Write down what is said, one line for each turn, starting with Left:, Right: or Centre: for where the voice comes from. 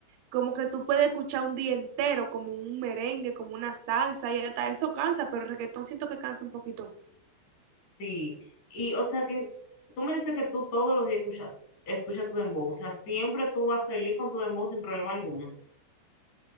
Right: como que tú puedes escuchar un día entero, como un merengue, como una salsa, y hasta eso cansa, pero el reggaetón siento que cansa un poquito más.
Left: Sí. Y, o sea, ti- tú me dices que tú todos los días escuchas escucha tu dembow. O sea, siempre tú vas feliz con tu dembow sin problema alguno.